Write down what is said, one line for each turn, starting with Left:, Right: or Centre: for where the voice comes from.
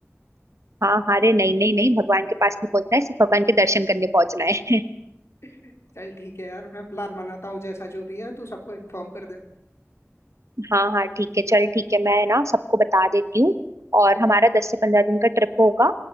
Right: हाँ हाँ अरे नहीं नहीं नहीं भगवान के पास नहीं पहुंचना है सिर्फ भगवान के दर्शन करने पहुंचना है
Left: <laughs> चल ठीक है यार मैं प्लान बनाता हूँ जैसा जो भी है तू सबको इन्फॉर्म कर दे
Right: हाँ हाँ ठीक है चल ठीक है मैं ना सबको बता देती हूँ और हमारा दस से पंद्रह दिन का ट्रिप होगा